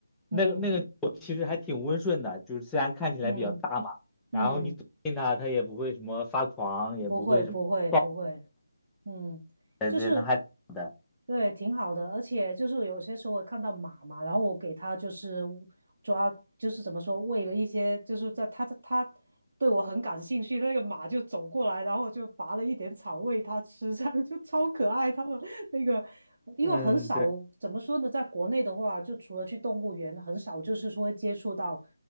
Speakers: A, on the right (about 40°); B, in the centre.
A: 嗯
B: 那个那个牛其实还挺温顺的，就是虽然看起来比较大嘛，
A: 嗯
B: 然后你走近它，
A: 嗯，
B: 它也不会什么发狂，也不会什么暴，
A: 不会不会不会，嗯，
B: 对对，
A: 就是
B: 那还挺好的，
A: 对，挺好的，而且就是有些时候我看到马嘛，然后我给它就是抓，就是怎么说，喂了一些，就是在它它它对我很感兴趣，那个马就走过来，然后我就拔了一点草喂它吃，这样就超可爱。他们那个，因为很少怎么说呢，
B: 嗯。
A: 在国内的话，就除了去动物园，很少就是说会接触到，